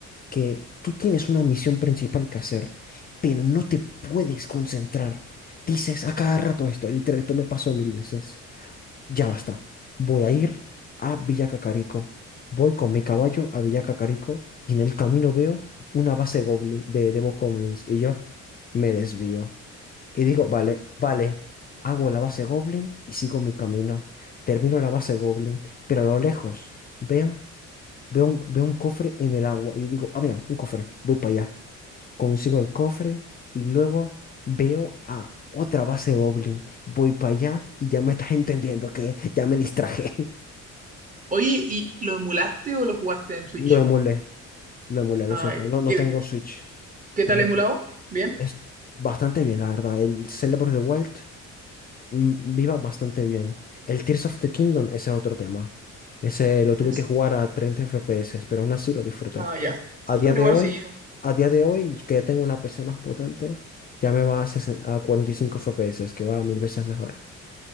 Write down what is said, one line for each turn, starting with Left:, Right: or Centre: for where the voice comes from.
Left: que tú tienes una misión principal que hacer, pero no te puedes concentrar. Dices a cada rato esto, literal, esto me pasó mil veces. ya basta. Voy a ir a Villa Cacarico. Voy con mi caballo a Villa Cacarico y en el camino veo una base goblin de, de bokoblins y yo me desvío. Y digo, vale, vale, hago la base goblin y sigo mi camino. Termino la base goblin, pero a lo lejos veo, veo un, veo un cofre en el agua y yo digo, ah, mira, un cofre, voy para allá consigo el cofre y luego veo a otra base Goblin. Voy para allá y ya me estás entendiendo que ya me distraje. <laughs>
Right: Oye, ¿y lo emulaste o lo jugaste en Switch?
Left: Lo emulé, lo emulé, lo
Right: Ah,
Left: siento.
Right: ya.
Left: No, no
Right: ¿Qué,
Left: tengo Switch.
Right: qué tal
Left: No hay-
Right: emulado? ¿Bien?
Left: Es bastante bien, la verdad. El Zelda Breath of the Wild mm, viva bastante bien. El Tears of the Kingdom, ese es otro tema. Ese lo tuve
Right: Mm.
Left: que jugar a 30 FPS, pero aún así lo disfruté.
Right: Ah, ya. Ah,
Left: A día
Right: pero
Left: de
Right: igual
Left: hoy,
Right: sí.
Left: a día de hoy, que ya tengo una PC más potente, ya me va a, 60 a 45 FPS, que va a mil veces mejor.